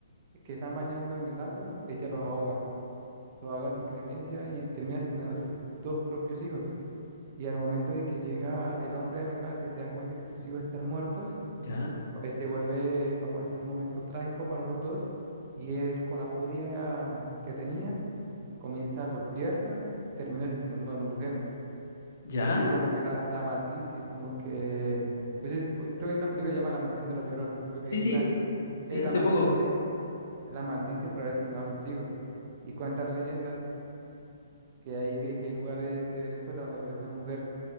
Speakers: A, on the right (about 40°); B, on the left (about 60°).
A: que están bañando en el lago, ella los ahoga, los ahoga sin cremencia y termina asesinando a sus dos propios hijos. Y al momento de que llega el hombre a la casa y se da cuenta que sus hijos están muertos,
B: ¿Ya?
A: pues se vuelve, vamos a decir, un momento trágico para los dos. Y él, con la furia que tenía, comienza a golpearla, termina asesinando a la mujer
B: ¿Ya?
A: y como que la, la maldice, como que... Entonces, pues, creo que hay una película que se llama La Maldición de la Llorona, creo que ahí
B: Sí, sí,
A: nace, que
B: sí,
A: él
B: hace
A: la maldice,
B: poco.
A: él la maldice por haber asesinado a sus hijos. Y cuenta la leyenda que hay, ve- que hay lugares de Venezuela donde aparece una mujer